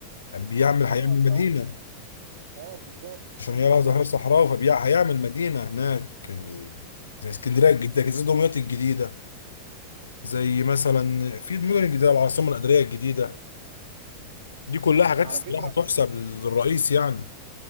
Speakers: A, on the left; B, on the right.
A: بيعمل
B: اه
A: هيعمل مدينه
B: توسع اه بالظبط
A: عشان هي
B: بالظبط
A: لها ظهير صحراوي فهيعمل مدينه هناك آه، زي اسكندريه الجديده كده، زي دمياط الجديده زي مثلا في المدن الجديده العاصمه الاداريه الجديده دي كلها حاجات
B: على
A: الصراحه
B: فكرة
A: تحسب للرئيس يعني